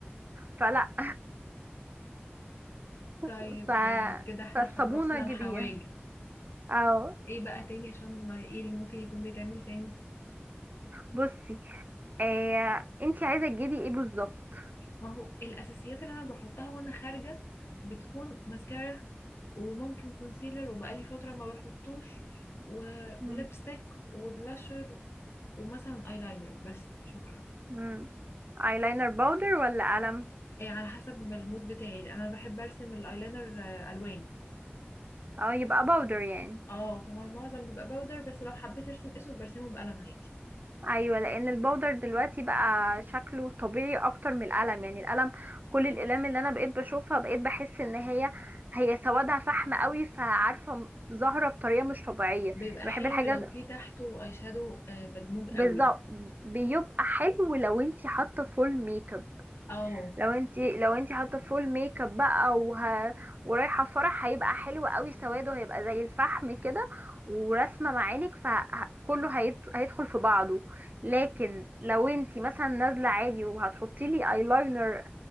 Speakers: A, on the right; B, on the left.
A: فلا
B: طيب
A: <laughs> ف
B: آه، كده احنا
A: فالصابونة
B: خلصنا
A: جيبيها
B: الحواجب
A: اه
B: ايه بقى تاني عشان ما ايه اللي ممكن يكون بيتعمل تاني
A: بصي آه... انتي عايزة تجيبي ايه بالظبط
B: ما هو الاساسيات اللي انا بحطها وانا خارجة بتكون ماسكارا وممكن كونسيلر وبقالي فترة ما بحطوش و...
A: مم.
B: ولبستك وبلاشر ومثلا ايلاينر بس شكرا
A: مم. ايلاينر باودر ولا قلم
B: إيه على حسب المود بتاعي انا بحب ارسم الايلاينر آه، الوان
A: اه يبقى باودر يعني
B: اه فهو المعظم بيبقى باودر بس لو حبيت ارسم اسود برسمه بقلم عادي
A: ايوه لان الباودر دلوقتي بقى شكله طبيعي اكتر من القلم يعني القلم كل الاقلام اللي انا بقيت بشوفها بقيت بحس ان هي هي سوادها فحم قوي فعارفه م- ظاهره بطريقه مش طبيعيه
B: بيبقى
A: بحب
B: حلو
A: الحاجه
B: لو في تحته اي شادو آه، مدموج
A: بالظبط
B: قوي
A: بيبقى حلو لو انت حاطه فول ميك اب
B: اه
A: لو انت لو انت حاطه فول ميك اب بقى وه... ورايحه فرح هيبقى حلو قوي سواده هيبقى زي الفحم كده ورسمه معانك فكله هيت... هيدخل في بعضه لكن لو انت مثلا نازله عادي وهتحطي لي ايلاينر